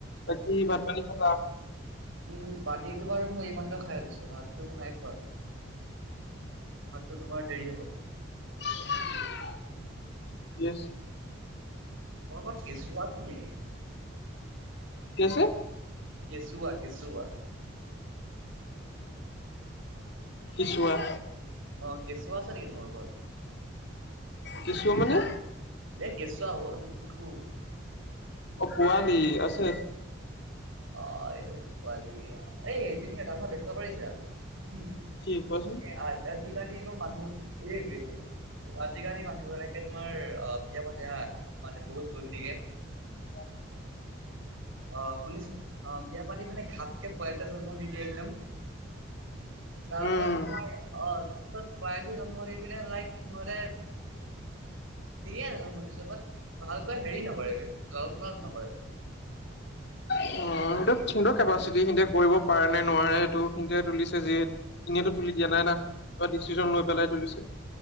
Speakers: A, on the left; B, on the right.
A: বাকী ভাত পানী খালা?
B: উম পানীতো বাৰু মই এইমাত্ৰ খাই আহিছো ভাতটো নাই খোৱা। ভাতটো তোমাৰ দেৰি হ'ব।
A: <unintelligible> য়েছ
B: তোমাৰ ঘৰত কেঁচুৱা আছে নেকি?
A: কি আছে।
B: কেঁচুৱা কেঁচুৱা।
A: কেঁচুৱা।
B: অ কেঁচুৱা আছে নেকি তোমাৰ ঘৰত?
A: কেঁচুৱা মানে?
B: দে কেঁচুৱা হ'ল শিশু।
A: অ পোৱালি আছে।
B: অ এইটো পোৱালি, এই এদিনিয়া এটা কথা লৈ ত কৰিছা <unintelligible>
A: কি কোৱাচোন?
B: এ আজা আজিকালিৰ মানুহ এই যে আজিকালি মানুহ বিলাকে তোমাৰ অ। বিয়া পাতে হা মানে বহুত জল্দিয়ে।
A: হয় <inaudible>
B: অঁ শুনিছো অ বিয়া পাতি পিনে ঘাপকে পোৱলী এটা জন্ম দি দিয়ে একদম। তাৰপিছত
A: উম,
B: তোমাৰ অ পিছত পোৱালীটো জন্ম পিনে লাইক সিহঁতে ঠিকে আছে মই দিছো বাট ভালকৈ হেৰি নকৰে বে লালন পালন নকৰে।
A: অ সেইটো সুণ্ড
B: অকমান
A: কেপাচিটি সিহঁতে কৰিব পাৰে নে নোৱাৰে সেইটো সন্তে তুলিছে যি এনেইটো তুলি দিয়া নাই না। কিবা ডিচিশন লৈ পেলাই তুলিছে।